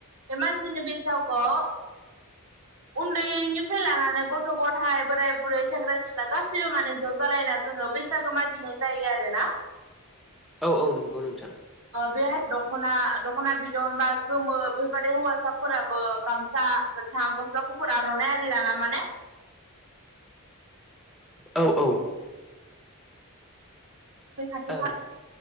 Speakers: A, on the right; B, in the centre.
A: बे मानसिनि बैसागुआव उन्दैनिफ्राय लानानै गथ' गथाय बोराय बुरै सेंग्रा सिख्ला गासैबो माने ज' जालायना जोङो बैसागो मागिनाय जायो आरो ना
B: औ औ नंगौ नोंथां
A: बेह दखना दख'ना बिदन बा गोमो बेफोरबदि हौवासाफोराबो गामसा थां गस्ला गुफुर आर'नाइ आरिलाना माने
B: औ औ
A: बेै खाथिखा
B: औ